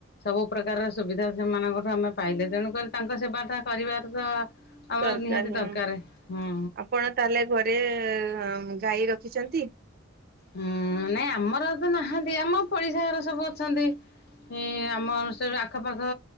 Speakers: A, on the left (about 50°); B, on the right (about 50°).
A: ସବୁ ପ୍ରକାରର ସୁବିଧା ସେମାନଙ୍କଠୁ ଆମେ ପାଇଲେ, ତେଣୁକରି ତାଙ୍କ ସେବାଟା କରିବାର ତ ଆମର
B: ଦରକାର
A: ନିହାତି
B: ହୁଁ
A: ଦରକାରେ ହାଁ।
B: ଆପଣ ତାହେଲେ ଘରେ ଗାଈ ରଖିଛନ୍ତି?
A: ହୁଁ ନାଇଁ ଆମର ତ ନାହାନ୍ତି, ଆମ ପଡିଶା ଘର ସବୁ ଅଛନ୍ତି। ହେଁ ଆମର ସେଡୁ ଆଖପାଖ